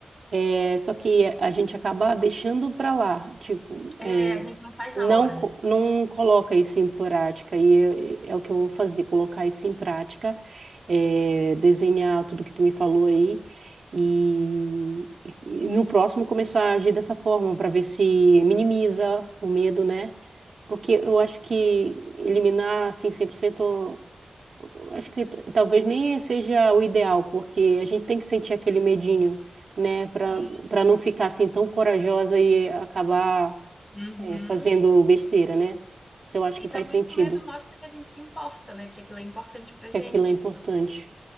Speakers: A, on the right (about 70°); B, on the left (about 20°).
A: É, só que a gente acaba deixando para lá. Tipo, é,
B: É, a gente não faz
A: não,
B: na hora,
A: co-
B: né?
A: não coloca isso em prática, e é, é é o que eu vou fazer, colocar isso em prática, é, desenhar tudo que tu me falou aí, e, e no próximo começar a agir dessa forma, para ver se minimiza o medo, né? Porque eu acho
B: Isso.
A: que eliminar, assim, 100%, eu acho que t- talvez nem seja o ideal, porque a gente tem que sentir aquele medinho, né? Para
B: Sim.
A: para não ficar, assim, tão corajosa e acabar
B: Uhum.
A: é, fazendo besteira, né? Então acho
B: E
A: que faz
B: também
A: sentido
B: o medo mostra que a gente se importa, né? Que aquilo é importante pra
A: que
B: gente.
A: aquilo é importante.